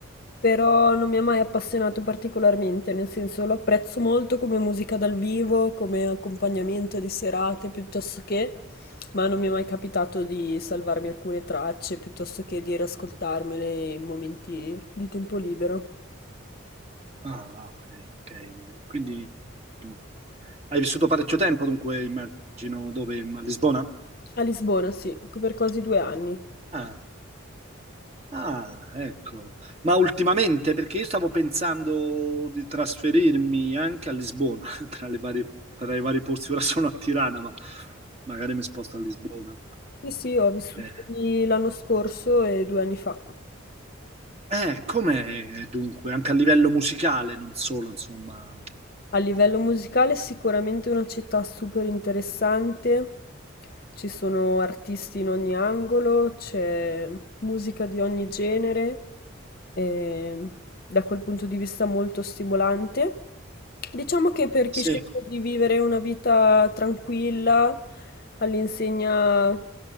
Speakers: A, on the left (about 45°); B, on the right (about 30°).
A: però non mi ha mai appassionato particolarmente, nel senso lo apprezzo molto come musica dal vivo, come accompagnamento di serate piuttosto che, ma non mi è mai capitato di salvarmi alcune tracce piuttosto che di riascoltarmele in momenti di tempo libero.
B: Ah, ok, ok. Quindi mm, hai vissuto parecchio tempo, dunque immagino dove? A Lisbona?
A: A Lisbona, sì, per quasi due anni.
B: Ah, Ah, ecco. Ma ultimamente, perché io stavo pensando di trasferirmi anche a Lisbona, <laughs> tra le varie, tra i vari posti, ora sono a Tirana, ma magari mi sposto a Lisbona.
A: Sì, sì, ho vissuto
B: Eh,
A: lì l'anno scorso e due anni fa.
B: eh, com'è dunque, anche a livello musicale, non solo, insomma.
A: A livello musicale è sicuramente una città super interessante, ci sono artisti in ogni angolo, c'è musica di ogni genere, e da quel punto di vista molto stimolante. Diciamo che per
B: Sì,
A: chi sceglie di vivere una vita tranquilla, all'insegna